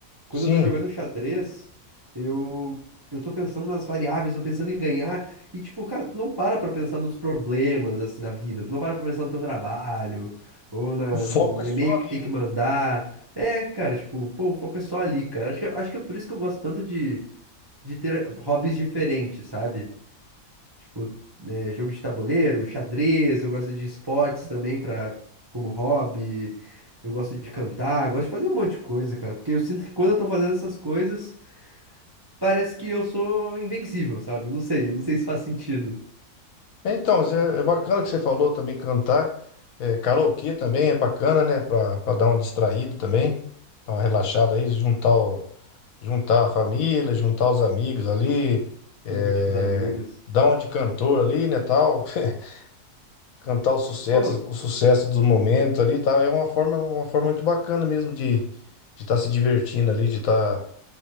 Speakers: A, on the right; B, on the left.
A: Quando
B: Sim.
A: eu tô jogando xadrez, eu, eu tô pensando nas variáveis, tô pensando em ganhar. E, tipo, cara, tu não para pra pensar nos problemas, assim, da vida. Tu não para pra pensar no teu trabalho, ou na,
B: O foco
A: no
B: é só
A: e-mail
B: ali,
A: que tem que
B: né?
A: mandar. É, cara, tipo, pô, o foco é só ali, cara. Acho que, acho que é por isso que eu gosto tanto de, de ter hobbies diferentes, sabe? Tipo, é, jogo de tabuleiro, xadrez, eu gosto de esportes também pra, como hobby. Eu gosto de cantar, gosto de fazer um monte de coisa, cara. Porque eu sinto que quando eu tô fazendo essas coisas, parece que eu sou invencível, sabe? Eu não sei, eu não sei se faz sentido.
B: É, Então, Zé, é bacana que você falou também cantar. É, karaokê também é bacana, né? Pra, pra dar uma distraída também. Dar uma relaxada aí, juntar, o- juntar a família, juntar os amigos ali.
A: Sim,
B: é,
A: curtir com os amigos.
B: dar uma de cantor ali, né? Tal. <laughs> Cantar os sucessos,
A: Pô,
B: os sucessos do momento ali e tal. É uma forma, uma forma muito bacana mesmo de estar de tá se divertindo ali, de estar